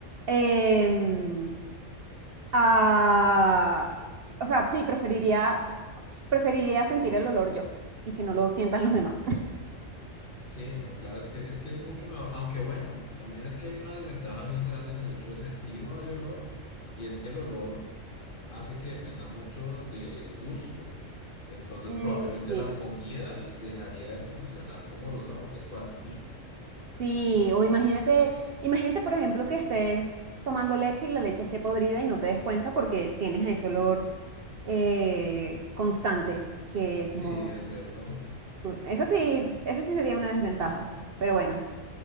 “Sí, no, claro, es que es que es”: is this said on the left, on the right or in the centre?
Left